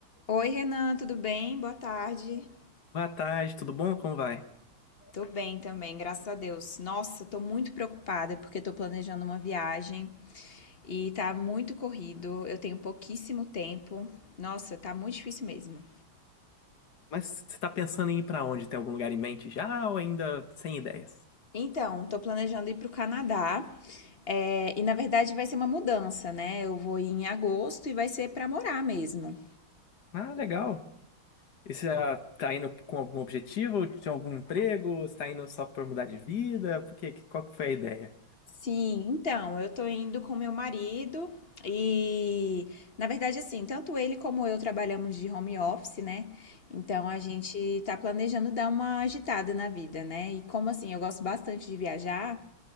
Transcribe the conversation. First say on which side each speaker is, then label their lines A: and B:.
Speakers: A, on the left; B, on the left.
A: Oi, Renan, tudo bem? Boa tarde.
B: Boa tarde, tudo bom? Como vai?
A: Tô bem também, graças a Deus. Nossa, tô muito preocupada porque tô planejando uma viagem e tá muito corrido. Eu tenho pouquíssimo tempo. Nossa, tá muito difícil mesmo.
B: Mas você tá pensando em ir pra onde? Tem algum lugar em mente já ou ainda sem ideias?
A: Então, tô planejando ir pro Canadá. é, e na verdade vai ser uma mudança, né? Eu vou ir em agosto e vai ser pra morar mesmo.
B: Ah, legal. E você já tá indo com algum objetivo? Tem algum emprego? Você tá indo só pra mudar de vida? Por quê? Qual que foi a ideia?
A: Sim, então, eu tô indo com meu marido e, na verdade, assim, tanto ele como eu trabalhamos de home office, né? Então a gente tá planejando dar uma agitada na vida, né? E como assim, eu gosto bastante de viajar,